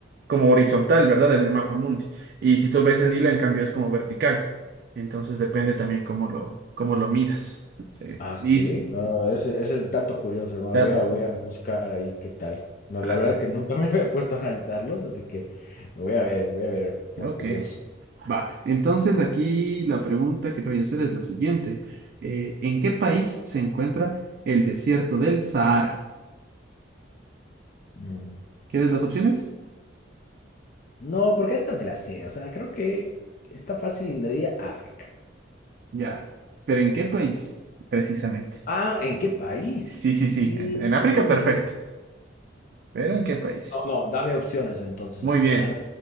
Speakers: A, on the right; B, on the left.
A: como horizontal, ¿verdad? En el mapa mundi. Y si tú ves el Nilo, en cambio, es como vertical. Entonces depende también cómo lo, cómo lo midas. Se
B: Ah,
A: dice.
B: sí, no, ese, ese es dato curioso, hermano.
A: Dato.
B: Voy a, voy a buscar ahí qué tal. No,
A: Ah,
B: la verdad
A: que-
B: es que nunca <laughs> me había puesto a analizarlos, así que me voy a ver, voy a ver por
A: Ok.
B: curioso.
A: Va. Entonces aquí la pregunta que te voy a hacer es la siguiente. Eh, ¿en qué país se encuentra el desierto del Sahara?
B: Mm.
A: ¿Quieres las opciones?
B: No, porque esta me la sé. O sea, creo que está fácil y le diría África.
A: Ya. ¿Pero en qué país? Precisamente.
B: Ah, ¿en qué país?
A: Sí, sí, sí.
B: Y...
A: En, en África, perfecto. ¿Pero en qué país?
B: No, no, dame opciones entonces.
A: Muy bien.
B: Dame.